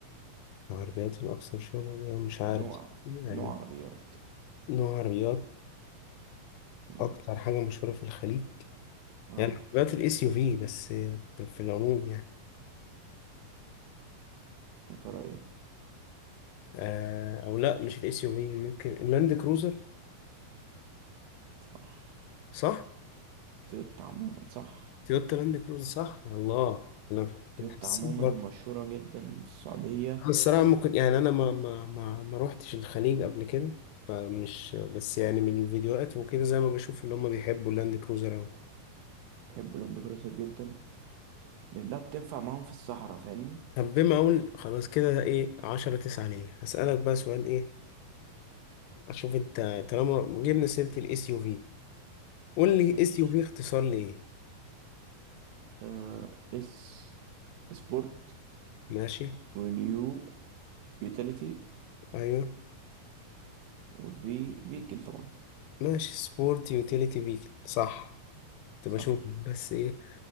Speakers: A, on the left; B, on the right.
A: العربيات الأكثر شهرة يعني مش عارف
B: نوع
A: يعني
B: نوع عربيات
A: نوع عربيات
B: مم.
A: أكتر حاجة مشهورة في الخليج
B: اه
A: يعني عربيات الاس يو في بس في العموم يعني
B: يا ترى إيه
A: آه أو لأ مش الاس يو في ممكن اللاند كروزر
B: صح
A: صح؟
B: تويوتا عموما صح
A: تويوتا لاند كروزر صح؟ يا الله أنا
B: تويوتا
A: حسيت
B: عموما مشهورة جدا في السعودية
A: الصراحة ممكن يعني أنا ما ما ما ما روحتش الخليج قبل كده فمش بس يعني من الفيديوهات وكده زي ما بشوف اللي هم بيحبوا اللاند كروزر أوي
B: بيحبوا لاند كروزر جدا لأنها بتنفع معاهم في الصحراء فاهمني
A: طب بما أقول خلاص كده إيه عشرة تسعة ليا هسألك بقى سؤال إيه أشوف أنت طالما جبنا سيرة الإس يو في قول لي
B: ماشي
A: إس يو في اختصار لإيه
B: آه اس سبورت
A: ماشي
B: واليو يوتيليتي
A: أيوه
B: والفي فيكل طبعا
A: ماشي سبورت يوتيليتي فيكل صح تبقى
B: صح
A: شوف بس إيه